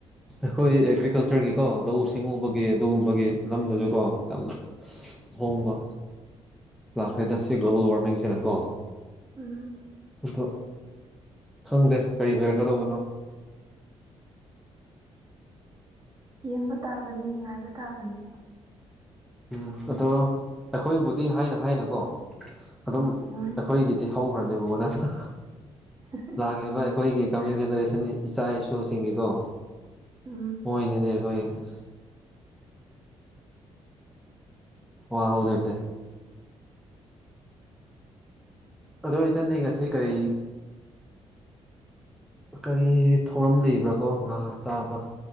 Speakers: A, in the centre; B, on the right.
A: ꯑꯩꯈꯣꯏ ꯑꯦꯒ꯭ꯔꯤꯀꯜꯆꯔꯒꯤꯀꯣ ꯂꯧꯎ ꯁꯤꯡꯎꯕꯒꯤ ꯑꯗꯨꯒꯨꯝꯕꯒꯤ ꯂꯝꯗꯁꯨꯀꯣ ꯌꯥꯝꯅ ꯑꯍꯣꯡꯕ ꯂꯥꯛꯈ꯭ꯔꯦꯗ ꯁꯤ ꯒ꯭ꯂꯣꯕꯜ ꯋꯥꯔꯃꯤꯡꯁꯤꯅꯀꯣ
B: ꯎꯝ
A: ꯑꯗꯣ ꯈꯪꯗꯦ ꯀꯔꯤ ꯑꯣꯏꯔꯛꯀꯗꯧꯕꯅꯣ
B: ꯌꯦꯡꯕ ꯇꯥꯕꯅꯤ ꯉꯥꯏꯕ ꯇꯥꯕꯅꯤ
A: ꯎꯝ ꯑꯗꯣ ꯑꯩꯈꯣꯏꯕꯨꯗꯤ ꯍꯥꯏꯅ ꯍꯥꯏꯅꯀꯣ ꯑꯗꯨꯝ
B: ꯎꯝ
A: ꯑꯩꯈꯣꯏꯒꯤꯗꯤ ꯍꯧꯈ꯭ꯔꯅꯦꯕꯀꯣ ꯅꯠꯇ
B: <inaudible>
A: ꯂꯥꯛꯂꯤꯕ ꯑꯩꯈꯣꯏꯒꯤ ꯀꯃꯤꯡ ꯖꯦꯅꯦꯔꯦꯁꯟ ꯏꯆꯥ ꯏꯁꯨꯁꯤꯡꯒꯤꯀꯣ
B: ꯎꯝ
A: ꯑꯣꯏꯅꯤꯅꯦ ꯑꯩꯈꯣꯏ ꯑ ꯋꯥ ꯍꯧꯗꯣꯏꯁꯦ ꯑꯗꯣ ꯏꯆꯟꯗꯤ ꯉꯁꯤ ꯀꯔꯤ ꯀꯔꯤ ꯊꯧꯔꯝ ꯂꯩꯕ꯭ꯔꯥ ꯀꯣ ꯉꯥ ꯆꯥꯕ